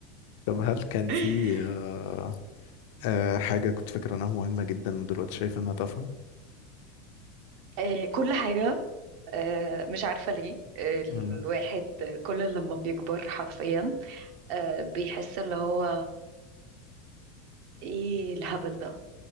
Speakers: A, on the left; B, on the right.
A: طب هل كان في
B: <laughs>
A: آه، آه، حاجة كنت فاكر انها مهمة جدا ودلوقتي شايف انها تافهة؟
B: آه، كل حاجة آه، مش عارفة ليه آه، الواحد
A: مم،
B: كل لما بيكبر حرفيا آه، بيحس اللي هو ايه الهبل ده